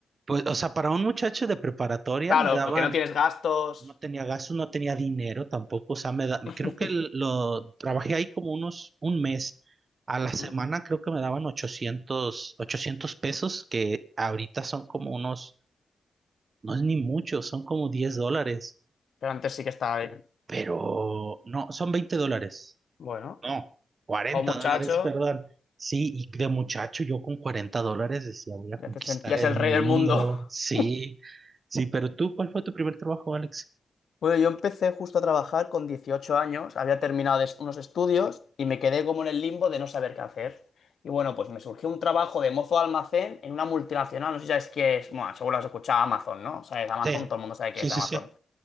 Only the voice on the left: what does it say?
Claro,
que no tienes gastos.
<laughs>
Ujú.
Pero antes sí que estaba bien.
Bueno,
o muchacho,
ya
te sentías
el rey
del mundo.
<laughs>
Bueno, yo empecé justo a trabajar con 18 años, había terminado es- unos estudios y me quedé como en el limbo de no saber qué hacer. Y bueno, pues me surgió un trabajo de mozo de almacén en una multinacional, no sé si sabes qué es, bueno, seguro has escuchado Amazon, ¿no? Sabes, Amazon,
todo el mundo sabe
qué es
Amazon.